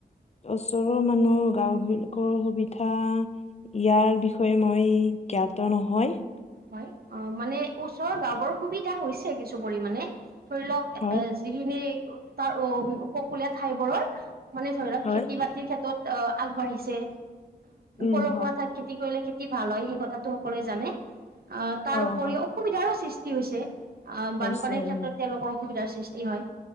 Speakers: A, on the left; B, on the right.
A: ওচৰৰ মানুহ গাও বিলাকৰ সুবিধা ইয়াৰ বিষয়ে মই জ্ঞাত নহয়।
B: হয়, অঁ মানে ওচৰৰ গাঁওবোৰৰ সুবিধা হৈছে কিছু পৰিমানে ধৰি লওক এছ
A: হয়
B: যিখিনি তাৰ উ উপকূলীয়া ঠাই বোৰৰ মানে ধৰি লওক
A: হয়
B: খেতি বাতি কৃষি ক্ষেত্ৰত অ আগবাঢ়িছে,
A: উম
B: পলসুৱা
A: হয়
B: ঠাইত খেতি কৰিলে খেতি ভাল হয় সেই কথাটো সকলোৱে জানে। আহ তাৰ
A: অ
B: উপৰিও
A: হয়
B: অসুবিধাৰো সৃষ্টি হৈছে আহ
A: হৈছে
B: বানপানীৰ ক্ষেত্ৰত
A: উম
B: তেওঁলোকৰ অসুবিধাৰ সৃষ্টি হয়,